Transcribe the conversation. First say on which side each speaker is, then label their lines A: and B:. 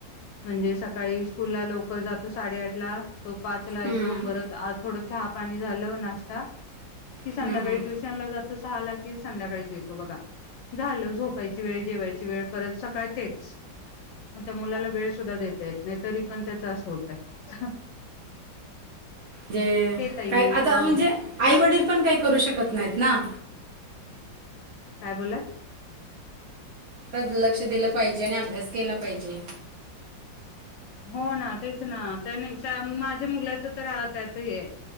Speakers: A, on the left; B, on the right.
A: म्हणजे सकाळीच... स्कूल ला लवकर जातो साडेआठ ला तो पाचला
B: हम्म,
A: येतो परत आ थोड चहा पाणी झालं नाश्ता ती संध्याकाळी
B: हम्म, हम्म.
A: ट्युशन ला जाते तो सहाला कि संध्याकाळीच येतो बघा झाल झोप झोपायची वेळ जेवायची परत सकाळी तेच मग त्या मुलाला वेळ सुद्धा देता येत नाही. तरी पण त्याच असं होत आहे
B: जे
A: ताई
B: काय
A: अ
B: आता म्हणजे आईवडील
A: अ
B: पण काय करू शकत नाही त ना
A: काय बोललात?
B: लक्ष दिलं पाहिजे आणि अभ्यास केला पाहिजे
A: हो ना तेच ना त्या नाही माझ्या मुलाच तर आता हे आहे